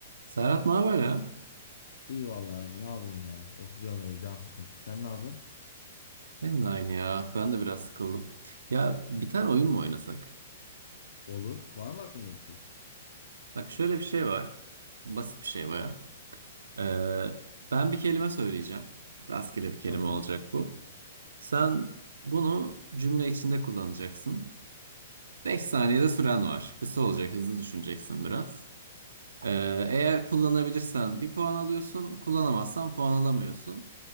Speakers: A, on the right (about 85°); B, on the left (about 70°).
A: Serhat ne haber ya?
B: İyi vallahi abi ne yapayım ya. Oturuyorum böyle can sıkıntısı. Sen ne yapıyorsun?
A: Benim de aynı ya. Ben de biraz sıkıldım. Ya bir tane oyun mu oynasak?
B: Olur. Var mı aklında bir şey?
A: Bak şöyle bir şey var. Basit bir şey baya. Ee, ben bir kelime söyleyeceğim. Rastgele bir kelime
B: Tamam.
A: olacak bu. Sen bunu cümle içinde kullanacaksın. 5 saniyede süren var. Kısa olacak, hızlı düşüneceksin biraz. Ee, eğer kullanabilirsen bir puan alıyorsun, kullanamazsan puan alamıyorsun.